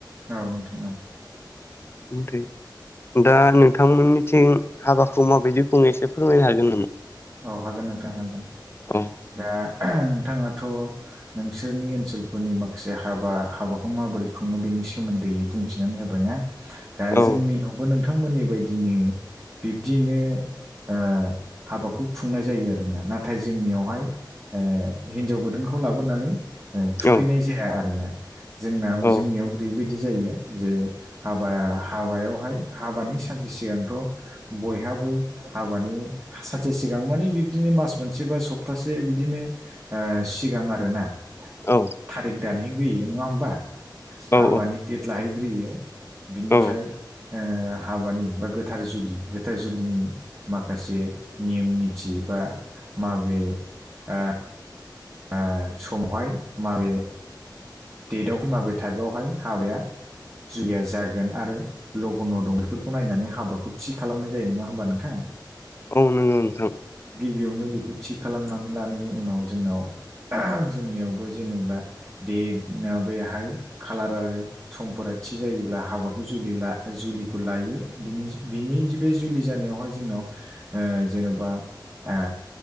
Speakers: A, on the right; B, on the left.
A: औ नोंथां औ।
B: दे दा नोंथांमोननिथिं हाबाखौ माबायदि खुङो एसे फोरमायनो हागोन नामा?
A: औ हागोन नोंथां हागोन
B: औ
A: दा नोंथाङाथ' नोंसोरनि ओनसोलफोरनि माखासे हाबा हाबाखौ माबोरै खुङो बेनि सोमोन्दै बुंथिनानै होबायना। दा
B: औ
A: जोंनियावबो नोंथां थांमोननि बायदिनो बिब्दिनो ओ हाबाखौ खुंनाय जायो आरोना नाथाय जोंनियावहाय ओ हिनजाव गोदानखौ लाबोनानै ओ थुखैनाय
B: औ
A: जाया आरोना जोंनाव
B: औ
A: जोंनियाव ओरैबायद बि जायो जे हाबा हाबायावहाय हाबानि सानसे सिगांथ' बयहा हाबो हाबानि सानसे सि गां मानिे बिबदिनो मास मोनसे बा सप्तासे बिदिनो ओ सिगां आरोना
B: औ।
A: थारिख दानहैग्रोयो नङा होनबा
B: औ
A: हाबानि देट लाहैग्रोयो बिनिफ्राय
B: औ
A: ओ हाबानि बा गोथार जुलि गोथार जुलिनि माखासे नियम निथि बा माबे ओ ओ समावहाय माबे डेटआव माबे थारिकआवहाय हाबाया जुलिया जागोन आरो लघ न' दं बेफोरखौ नायनानै हाबाखौ थि खालामनाय जायो नङा होमबा नोंथां।
B: औ नोंगौ नोंथां।
A: बेयावनो बेखौ थि खालामनानै लानायनि उनाव जोंनाव जोंनियावबो जेनेबा दे ओ बेहाय खालार आरो समफोरा थि जायोब्ला हाबाखौ जुलि ला जुलिखौ लायो। यो बिनि बिनि बे जुलि जानायावहाय जोंनाव ओ जेन'बा ओ